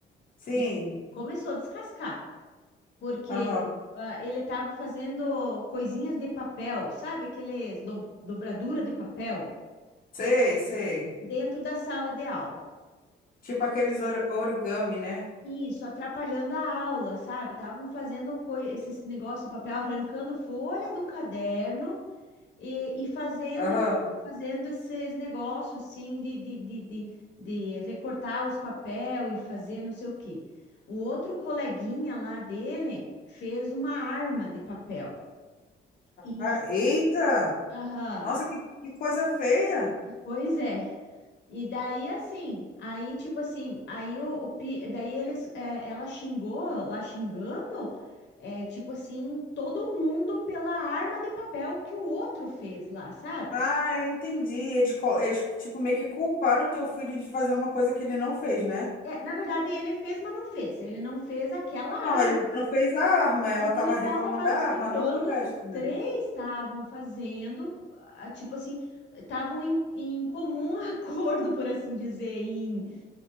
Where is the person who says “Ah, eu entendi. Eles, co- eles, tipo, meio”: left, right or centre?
Left